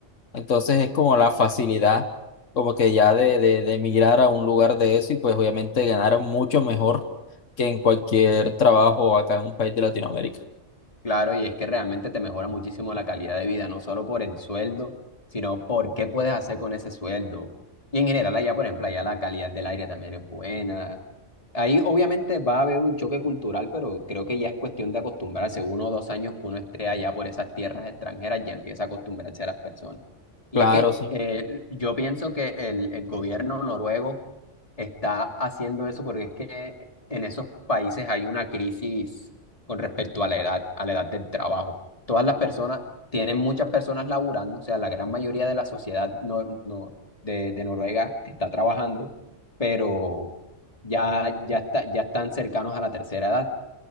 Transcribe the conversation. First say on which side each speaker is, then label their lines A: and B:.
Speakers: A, on the left; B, on the left.
A: Entonces es como la facilidad, como que ya de, de, de emigrar a un lugar de eso y pues obviamente ganar mucho mejor que en cualquier trabajo acá en un país de Latinoamérica.
B: Claro, y es que realmente te mejora muchísimo la calidad de vida, no solo por el sueldo, sino por qué puedes hacer con ese sueldo. Y en general allá, por ejemplo, allá la calidad del aire también es buena. Ahí obviamente va a haber un choque cultural, pero creo que ya es cuestión de acostumbrarse. Uno o dos años que uno esté allá por esas tierras extranjeras, ya empieza a acostumbrarse a las personas. Y
A: Claro,
B: es que
A: sí,
B: eh, yo pienso que el, el gobierno noruego está haciendo eso porque es que en esos países hay una crisis con respecto a la edad, a la edad del trabajo. Todas las personas, tienen muchas personas laburando, o sea, la gran mayoría de la sociedad no, no, de, de Noruega está trabajando, pero ya, ya, está, ya están cercanos a la tercera edad.